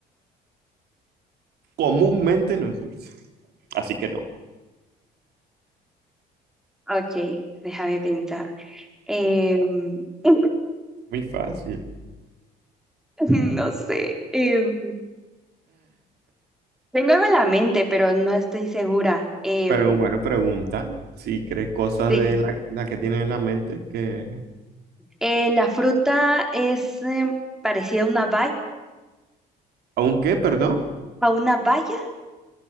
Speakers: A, on the right; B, in the centre.
A: Comúnmente no es dulce. Así que no,
B: Ok, déjame pensar. Em, <laughs>
A: muy fácil.
B: <laughs> No sé. em, tengo algo en la mente, pero no estoy segura. Em,
A: Pero bueno, pregunta si crees cosas
B: sí.
A: de la, la que tienes en la mente que...
B: Eh, la fruta es em, parecida a una valla,
A: aunque perdón?
B: a una valla